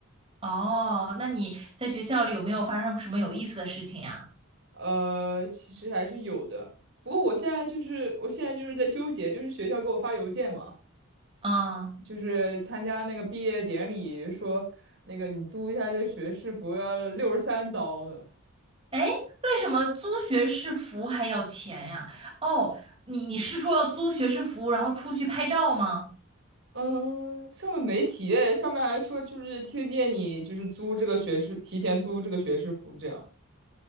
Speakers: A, on the right; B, on the right.
A: 哦，那你在学校里有没有发生什么有意思的事情呀？
B: 呃，其实还是有的，不过我现在就是我现在就是在纠结，就是学校给我发邮件嘛，
A: 啊，
B: 就是参加那个毕业典礼，说那个你租一下这个学士服要六十三刀呢。
A: 哎，为什么租学士服还要钱呀？哦，你你是说要租学士服，然后出去拍照吗？
B: 嗯，上面没提诶，上面还说就是推荐你就是租这个学士，提前租这个学士服这样。